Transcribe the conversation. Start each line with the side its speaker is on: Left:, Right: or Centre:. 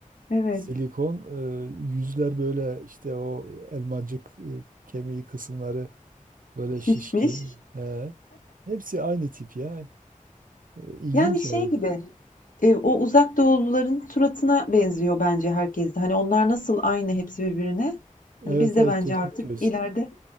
Left: Evet,
Right: Silikon e, yüzler böyle işte o elmacık e, kemiği kısımları böyle şişkin.
Left: şişmiş.
Right: He. Hepsi aynı tip ya. E, İlginç
Left: Yani şey
Right: yani.
Left: gibi. Eee, o uzak doğuluların suratına benziyor bence herkes de. Hani onlar nasıl aynı hepsi birbirine. Hani
Right: Evet
Left: biz de
Right: evet
Left: bence
Right: çekik
Left: artık
Right: göz.
Left: ileride